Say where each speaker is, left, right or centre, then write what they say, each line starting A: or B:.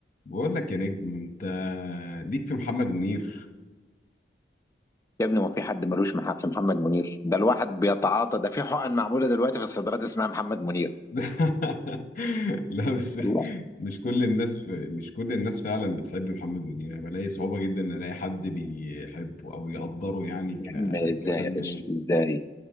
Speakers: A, on the left (about 45°); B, on the left (about 15°).
A: بقول لك يا نجم انت ليك في محمد منير
B: يا ابني ما في حد ملوش محل في محمد منير ده الواحد بيتعاطى ده في حقن معموله دلوقتي في الصيدليات اسمها محمد منير
A: <laughs> لا بس
B: الله
A: مش كل الناس في مش كل الناس فعلا بتحب محمد منير انا بلاقي صعوبة جدا ان الاقي حد بيحبه او يقدره يعني ك...
B: يا عم ازاي
A: كفنان
B: يا باشا ازاي